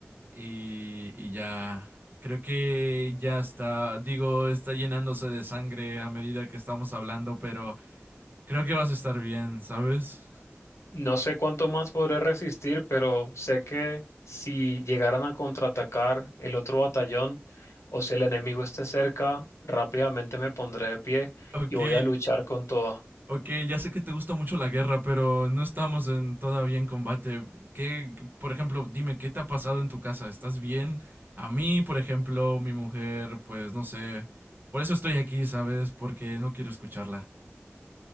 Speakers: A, on the right (about 45°); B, on the left (about 80°).
A: Y, y ya. Creo que ya está. Digo, está llenándose de sangre a medida que estamos hablando, pero creo que vas a estar bien, ¿sabes? <laughs>
B: No sé cuánto más podré resistir, pero sé que si llegaran a contraatacar el otro batallón o si el enemigo esté cerca, rápidamente me pondré de pie
A: Ok,
B: y voy a luchar con todo.
A: Ok, ya sé que te gusta mucho la guerra, pero no estamos en, todavía en combate. ¿Qué, por ejemplo, dime, qué te ha pasado en tu casa? ¿Estás bien? A mí, por ejemplo, mi mujer, pues no sé. Por eso estoy aquí, ¿sabes? Porque no quiero escucharla.